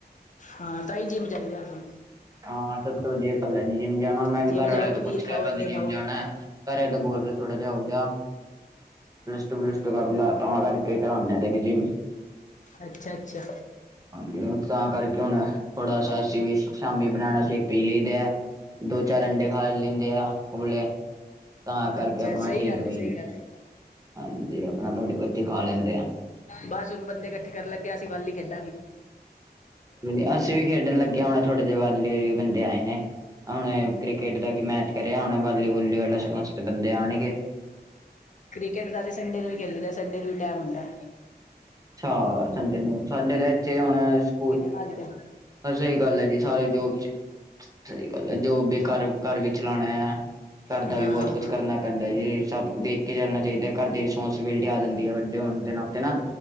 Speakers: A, on the left (about 45°); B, on the right (about 20°).
A: ਹਾਂ, ਤਾਂ ਹੀ ਜਿਮ ਜਾਈਦਾ ਨਾ।
B: ਹਾਂ, ਸਭ ਤੋਂ ਵਧੀਆ ਗੱਲ ਹੈ ਜਿਮ ਜਾਣਾ। ਮੈਂ ਵੀ
A: ਜਿੰਮ
B: ਘਰ ਆਲਿਆ
A: ਜਾਓ
B: ਤੋਂ
A: ਪਨੀਰ
B: ਪੁੱਛਿਆ
A: ਖਾਓ
B: ਕੱਲ
A: ਅੰਡੇ
B: ਜਿਮ
A: ਖਾਓ
B: ਜਾਣਾ। ਪਹਿਲਾਂ ਤਾਂ ਬੋਲ ਰਹੇ, ਥੋੜਾ ਜਿਹਾ ਹੋ ਜਾ ਪਿਸਟ ਬਲਿਸਟ ਕਰ ਲੈ, ਆਪ ਕਰ <unintelligible> ਕੀ ਕਰਾ <unintelligible> ਤੇਰੀ ਜਿੰਮ।
A: ਅੱਛਾ ਅੱਛਾ
B: ਹਾਂਜੀ ਤਾਂ ਕਰਕੇ ਹੁਣ ਥੋੜਾ ਅਸੀਂ ਵੀ ਸ਼ਾਮੀ ਬਨਾਨਾ ਸ਼ੇਕ ਪੀ ਲਈਦਾ ਹੈ। ਦੋ - ਚਾਰ ਅੰਡੇ ਖਾ ਲੈਂਦੇ ਆ, ਉਬਲੇ ਆ ਤਾਂ ਕਰਕੇ
A: ਅੱਛਾ
B: ਆਪਣਾ
A: ਸਹੀ
B: ਠੀਕ
A: ਗੱਲ
B: ਬਈ।
A: ਏ ਸਹੀ ਗੱਲ ਏ
B: ਹਾਂਜੀ, ਆਪਣਾ ਥੋੜ੍ਹੀ ਬਹੁਤੀ ਖਾ ਲੈਂਦੇ ਹਾਂ।
A: ਬਸ ਹੁਣ ਬੰਦੇ ਇਕੱਠੇ ਕਰਨ ਲੱਗੇ ਆ, ਅਸੀਂ ਵੱਲ ਹੀ ਖੇਡਾਂਗੇ।
B: ਵਧੀਆ, ਅਸੀਂ ਵੀ ਖੇਡਣ ਲੱਗੇ ਆ। ਹੁਣ ਥੋੜੇ ਜਿਹੇ ਵੱਧ ਵੀ ਬੰਦੇ ਆਏ ਨੇ ਹੁਣੇ। ਕ੍ਰਿਕਟ ਦਾ ਇੱਕ ਮੈਚ ਕਰਿਆ ਹੁਣ ਵਾਲੀ ਵੁਲੀ ਵਾਲੇ ਬੰਦੇ ਆਣਗੇਂ <unintelligible>
A: ਕ੍ਰਿਕਟ ਦਾ ਤੇ ਸੰਡੇ ਨੂੰ ਵੀ ਖੇਲੀ ਦੈ। ਸੰਡੇ ਨੂੰ ਹੀ ਟੈਮ ਹੁੰਦੈ।
B: ਅੱਛਾ, ਸੰਡੇ ਨੂੰ ਸੰਡੇ ਦਾ ਇੱਥੇ ਹੁਣ ਸਕੂਲ।
A: ਆ ਜਾ।
B: ਸਹੀ ਗੱਲ ਹੈ ਜੀ, ਸਾਰੇ ਜੋਬ ਚ। ਸਹੀ ਗੱਲ ਹੈ, ਜੋਬ ਵੀ ਘਰ, ਘਰ ਵੀ ਚਲਾਂਣੈ, ਘਰ ਦਾ
A: ਹਾਂ
B: ਵੀ ਬਹੁਤ ਕੁਛ ਕਰਨਾ ਪੈਂਦਾ ਜੀ ਸਭ। ਦੇਖ ਕੇ ਚੱਲਣਾ ਚਾਹੀਦੈ। ਘਰ ਦੀ ਰਿਸਪੋਂਸੀਬਿਲਿਟੀ ਆ ਜਾਂਦੀ ਹੈ, ਵੱਡੇ ਹੋਣ ਦੇ ਨਾਤੇ ਨਾ।